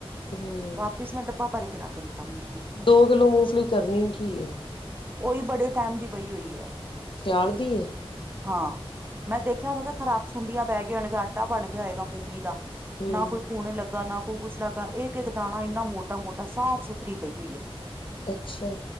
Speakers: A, on the left; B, on the right.
A: ਹੂ,
B: ਵਾਪੀਸ ਮੈਂ ਡੱਬਾ ਭਰਕੇ ਰੱਖ ਦਿੱਤਾ ਮੂੰਹ
A: ਦੋ-ਕਿੱਲੋ ਮੂਫਲੀ ਕਰਨੀ ਕੀ, ਏ?
B: ਉਹੀ ਬੜੇ ਟਾਈਮ ਦੀ ਪਈ ਹੋਈ ਹੈ।
A: ਸਿਆਲ ਦੀ ਏ?
B: ਹਾਂ, ਮੈਂ ਦੇਖਿਆ, ਮੈਂ ਕਿਹਾ ਖ਼ਰਾਬ ਸੁੰਡੀਆਂ ਪੈਗੀਆ ਹੋਣ ਆਟਾ ਬਣਗਿਆ ਹੋਏਗਾ ਮੂੰਫਲੀ ਦਾ।
A: ਹੂੰ
B: ਨਾ ਕੋਈ ਭੂਣ ਲੱਗਾ, ਨਾ ਕੋਈ ਕੁਛ ਲੱਗਾ, ਇੱਕ-ਇੱਕ ਦਾਣਾ ਇੰਨਾ ਮੋਟਾ-ਮੋਟਾ, ਸਾਫ-ਸੁਥਰੀ ਪਈ ਹੋਈ ਹੈ।
A: ਅੱਛਾ।